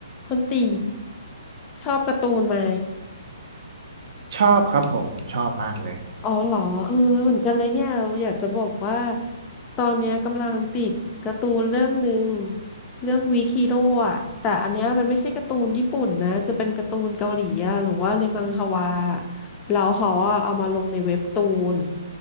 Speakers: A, on the left (about 20°); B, on the right (about 50°).
A: คุณตีชอบการ์ตูนไหม
B: ชอบครับผมชอบมากเลย
A: อ๋อเหรอ เออเหมือนกันเลยเนี่ยเราอยากจะบอกว่าตอนเนี้ยกำลังติดการ์ตูนเรื่องหนึ่งเรื่องวีคีโร่อะแต่อันเนี้ยมันไม่ใช่การ์ตูนญี่ปุ่นนะจะเป็นการ์ตูนเกาหลีอะหรือว่าในมังฮวาแล้วเขาอะเอามาลงในเว็บตูน